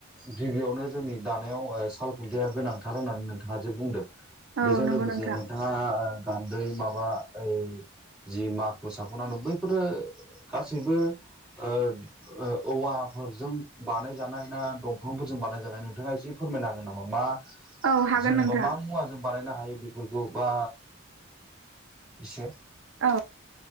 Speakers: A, in the centre; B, on the right.
A: गिबियावनो जोंनि दानायाव ओ साल खुन्थाया गोनांथार होननानै नोंथाङा जे बुंदों बेजों
B: औ नंगौ
A: लोगोसे
B: नोंथां
A: नोंथाङा ओ गान्दै माबा ओइ जि माखु साखुना <inaudible> बैफोरो गासैबो ओ-ओ औवाफोरजों बानायजानाय ना दंफांफोरजों बानाय जानाय नोंथाङा एसे फोरमायनो हागोन नामा मा
B: औ हागोन
A: जेनेबा
B: नोंथां
A: मा मुवाजों बानायनो हायो बेफोरखौ बा एसे
B: औ